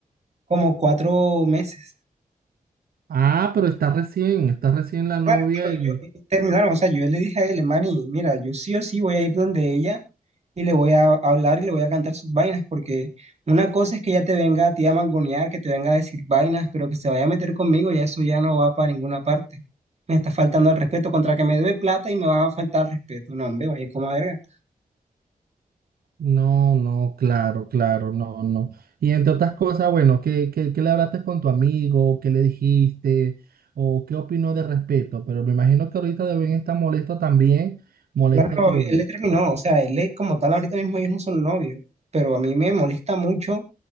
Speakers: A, on the right; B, on the right.
A: como cuatro meses.
B: Ah, pero está recién, está recién la novia
A: claro claro
B: y
A: yo- eh, terminaron, o sea, yo le dije a él, Manny, mira, yo sí o sí voy a ir donde ella y le voy a hablar y le voy a cantar sus vainas, porque una cosa es que ella te venga a ti a mangonear, que te venga a decir vainas, pero que se vaya a meter conmigo, ya eso ya no va para ninguna parte. Me está faltando el respeto, contra que me debe plata y me va a faltar el respeto. No, hombre, vaya como verga.
B: no, no, claro, claro, no, no. Y entre otras cosas, bueno, ¿qué, qué, qué le hablaste con tu amigo? ¿Qué le dijiste? ¿O qué opinó de respeto? Pero me imagino que ahorita deben estar molesto también, molesto
A: Claro,
B: tú.
A: él le terminó, o sea, él le como tal ahorita mismo ellos no son novios, pero a mí me molesta mucho